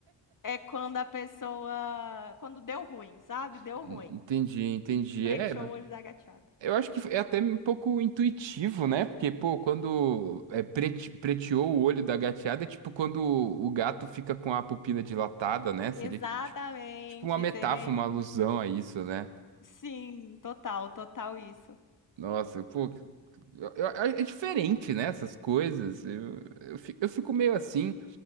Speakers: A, on the left; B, on the right.
A: é quando a pessoa. Quando deu ruim, sabe?
B: <laughs>
A: Deu ruim.
B: Entendi, entendi.
A: Preteou
B: É,
A: o olho da gateada.
B: Eu acho que é até um pouco intuitivo, né? Porque, pô, quando é, prete- preteou o olho da gateada, é tipo quando o gato fica com a pupila dilatada, né? Seria
A: Exatamente,
B: tipo, tipo uma metáfora,
A: seria isso.
B: uma alusão a isso, né?
A: Sim, total, total isso.
B: Nossa, pô, eu- eu- é diferente, né? Essas coisas. Eu, eu fi- eu fico meio assim.